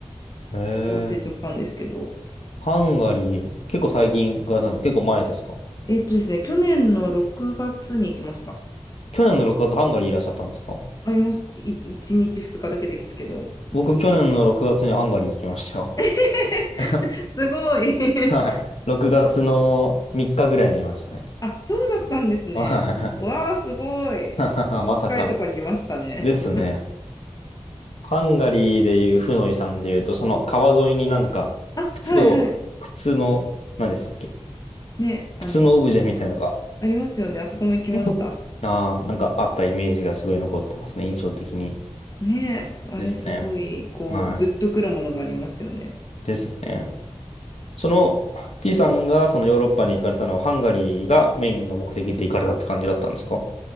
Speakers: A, on the left; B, on the left.
A: ええ
B: ちょっと忘れちゃったんですけど、
A: ハンガリー、結構最近行かれたんです。結構前ですか
B: えっとですね、去年の6月に行きました。
A: 去年の6月ハンガリーいらっしゃったんですか
B: まあ、いま、い、1日2日だけですけど、いましたね。
A: 僕、去年の6月にハンガリー行きましたよ。
B: <laughs>
A: <laughs>
B: すごい。
A: はい。6月の3日ぐらいにいましたね。
B: あ、そうだったんですね。
A: はい
B: わあ、すごい。
A: <laughs>
B: 超近いとこにいましたね。
A: まさかの。ですね。ハンガリーでいうフノイさんでいうと、その川沿いになんか、
B: あ、
A: 靴を、
B: はいはい。
A: 靴の、何でしたっけ
B: ね、あの、
A: 靴のオブジェみたいなのが、
B: ありますよね。あそこも行きました。
A: <laughs> ああなんかあったイメージがすごい残ってますね。印象的に。
B: ね、あれすごい、
A: ですね。
B: こう、
A: はい。
B: グッとくるものがありますよね。
A: ですね。その T さんがそのヨーロッパに行かれたのはハンガリーがメインの目的で行かれたって感じだったんですか